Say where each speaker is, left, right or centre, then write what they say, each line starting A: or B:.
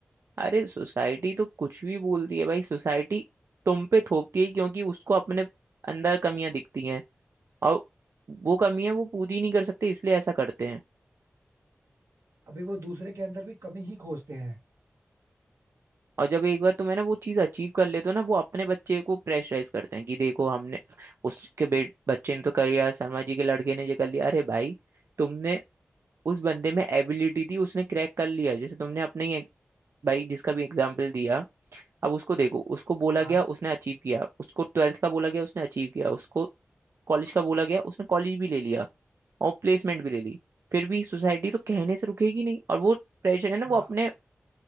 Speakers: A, on the right; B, on the right.
A: अरे सोसाइटी तो कुछ भी बोलती है भाई सोसाइटी तुम पे थोपती है क्योंकि उसको अपने अंदर कमियां दिखती हैं और वो कमियां वो पूरी नहीं कर सकते इसलिए ऐसा करते हैं
B: अभी वो दूसरे के अंदर भी कमी ही खोजते हैं
A: और जब एक बार तुम है ना वो चीज अचीव कर लेते हो ना वो अपने बच्चे को प्रेशराइज करते हैं कि देखो हमने उसके बे बच्चे ने तो कर लिया शर्मा जी के लड़के ने ये कर लिया अरे भाई तुमने उस बंदे में एबिलिटी थी उसने क्रैक कर लिया जैसे तुमने अपने ही एक- भाई जिसका भी एग्जाम्पल दिया अब उसको देखो उसको बोला
B: हाँ
A: गया उसने अचीव किया उसको ट्वेल्थ का बोला गया उसने अचीव किया उसको कॉलेज का बोला गया उसने कॉलेज भी ले लिया और प्लेसमेंट भी ले ली फिर भी सोसाइटी तो कहने से रुकेगी नहीं और वो प्रेशर है ना
B: हाँ
A: वो अपने